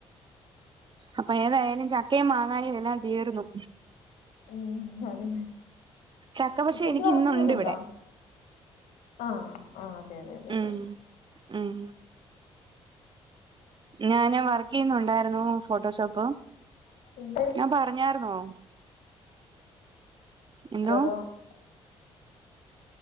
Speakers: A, on the right; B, on the left.
A: അപ്പ ഏതായാലും ചക്കേം മാങ്ങാനും എല്ലാം തീർന്നു.
B: മ്മ് അതെ
A: ചക്ക പക്ഷെ
B: ചേച്ചി
A: എനിക്ക്
B: വർക്ക്
A: ഇന്നുണ്ട്
B: യ്യ്ന്ന്ണ്ടോ?
A: ഇവിടെ
B: അഹ് ആഹ് അതെ അതെ അതെ അതെ
A: ഉം ഉം ഞാന് വർക്ക് യ്യുന്നുണ്ടായിരുന്നു ഫോട്ടോഷോപ്പ്.
B: <unintelligible>
A: ഞാൻ പറഞ്ഞായിര്ന്നോ?
B: <unintelligible>
A: എന്തോ